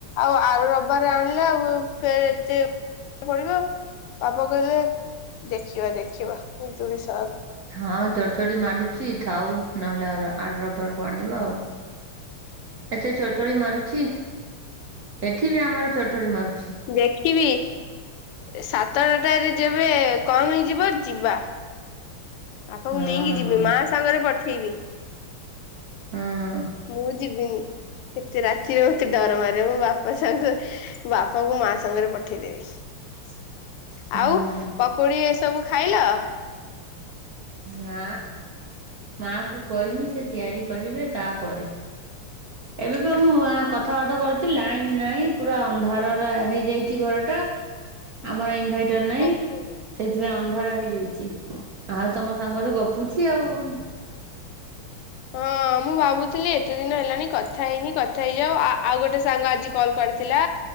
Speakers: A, on the left (about 85°); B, on the right (about 65°).
A: ଆଉ ଆର ରବାରରେ ଆଣିଲେ ଆଉ ଫେର୍ ଏତେ ପଡିବ ବାପା କହିଲେ? ଦେଖିବା ଦେଖିବା ବିଜୁଳି ସରୁ।
B: ହଁ ଚଡ ଚଡି ମାରୁୁଛି ଥାଉ ନହେଲା ଆର ରବବାରକୁ ଆଣିବା ଆଉ ଏତେ ଚଡଚଳି ମାରୁଛି ଏଠି ବି ଆମର ଚଡଚଡି ମାରୁଛି।
A: ଦେଖିବି ସାତଟଟାରେ ଯେବେ କମ ହେଇଯିବ ଯିବା। ବାପାକୁ
B: ହଁ
A: ନେଇକି ଯିବି
B: ହଁ
A: ମା ସାଙ୍ଗରେ ପଠେଇବି
B: ହଁ
A: ମୁଁ। ଯିବିନି ଏତେ ରାତିରେ ମତେ ଡର ମାରିବ। ମୋ ବାପା ସାଙ୍ଗ ବାପା କୁ ମା ସାଙ୍ଗରେ ପଠେଇଦେବି।
B: <inaudible> ହୁଁ
A: ଆଉ ପକୁଡି ଏସବୁ ଖାଇଲ?
B: ନା ମା କୁ କଇମି ସେ ତିଆରି କରିବେ ତାପରେ ଏବେ ପା ମୁଁ ଆ କଥାବାର୍ତ୍ତା କରୁଚି ଲାଇନ ନାଇଁ ପୁରା ଅନ୍ଧାରରା ହେଇଯାଇଚି ଘର ଟା। ଆମର ଇନଭେଟର ନାହିଁ
A: ହଁ
B: ସେଥିପାଇଁ ଅନ୍ଧାର ହେଇଯାଇଚି। ତମ ସାଙ୍ଗରେ ଗପୁଚି ଆଉ କଁ।
A: ହଁ ମୁଁ ଭାବୁଥିଲି ଏତେ ଦିନ ହେଲାଣି କଥା ହେଇନି କଥା ହେଇଯାଅ ଆ-ଆଉ ଗୋଟେ ସାଙ୍ଗ ଆଜି କଲ୍ କରିଥିଲା।